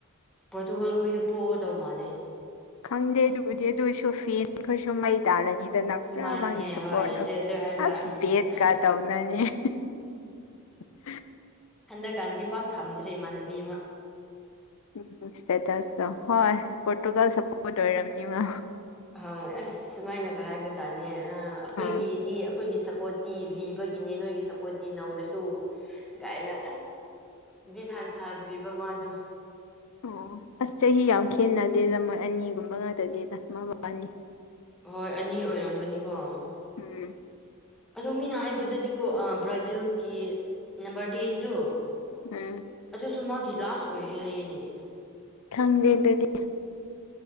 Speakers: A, in the centre; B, on the left (about 70°).
A: ꯄ꯭ꯔꯣꯇꯨꯒꯜ ꯈꯣꯏꯗꯨ ꯄꯣꯒꯗꯧ ꯃꯥꯜꯂꯦ
B: ꯈꯪꯗꯦ ꯑꯗꯨꯕꯨꯗꯤ ꯑꯗꯨ ꯑꯣꯏꯁꯨ ꯐꯦꯟ ꯈꯣꯢꯁꯨ ꯃꯩ ꯇꯥꯔꯅꯤꯗꯅ ꯄꯨꯔꯥ
A: ꯃꯥꯅꯦ
B: ꯃꯥꯒꯤ ꯁꯞꯄ꯭ꯣꯔꯠꯇꯣ
A: ꯍꯣꯏ ꯑꯗꯨ ꯑꯗꯨ ꯍꯥꯏꯕ
B: ꯑꯁ
A: ꯎꯝ
B: ꯕꯦꯠꯀ
A: ꯑꯁ
B: ꯇꯧꯅꯅꯦ <unintelligible>
A: ꯅ ꯀꯥꯟꯗꯤ ꯄꯥꯛ ꯊꯝꯗ꯭ꯔꯦ ꯏꯃꯥꯟꯅꯕꯤ ꯃꯥ
B: ꯎꯝ ꯁ꯭ꯇꯦꯇꯁꯇꯣ ꯍꯣꯏ ꯄꯣ꯭ꯔꯇꯨꯒꯜ ꯁꯞꯄꯣ꯭ꯔꯠ ꯑꯣꯏꯔꯝꯅꯤ ꯃꯥ
A: ꯍꯣꯏ ꯑꯁ ꯁꯨꯃꯥꯏꯅꯒ ꯍꯥꯏꯕꯖꯥꯠꯅꯦ ꯑꯥ ꯑꯩꯈꯣꯏꯒꯤꯗꯤ
B: ꯑꯥ
A: ꯑꯩꯈꯣꯏꯒꯤ ꯁꯞ ꯁꯞꯄꯣꯠꯇꯤ ꯂꯤꯕꯒꯤꯅꯦ ꯅꯣꯏꯒꯤ ꯁꯞꯄꯣ꯭ꯔꯠꯇꯤ ꯅꯧꯔꯁꯨ ꯒꯥꯏꯅ ꯕꯤꯠ ꯍꯥꯟꯊꯗ꯭ꯔꯤꯕ ꯃꯥꯗꯨ
B: ꯑꯣ ꯑꯁ ꯆꯍꯤ ꯌꯥꯝ ꯈꯦꯠꯅꯗꯦꯗ ꯃꯣꯏ ꯑꯅꯤꯒꯨꯝꯕ ꯉꯛꯇꯅꯦꯗ ꯃꯕꯥꯅꯤ
A: ꯍꯣꯏ ꯑꯅꯤ ꯑꯣꯏꯔꯝꯒꯅꯤꯀꯣ
B: ꯎꯝ
A: ꯑꯗꯣ ꯃꯤꯅ ꯍꯥꯏꯕꯗꯗꯤꯀꯣ ꯑꯥ ꯕ꯭ꯔꯥꯖꯤꯜꯒꯤ ꯅꯝꯕꯔ ꯇꯦꯟꯗꯨ
B: ꯎꯝ
A: ꯁꯨ ꯃꯥꯒꯤ ꯂꯥꯁ ꯑꯣꯏꯔꯦ ꯍꯥꯏꯌꯦꯅꯦ
B: ꯈꯪꯗꯦ ꯗꯨꯗꯤ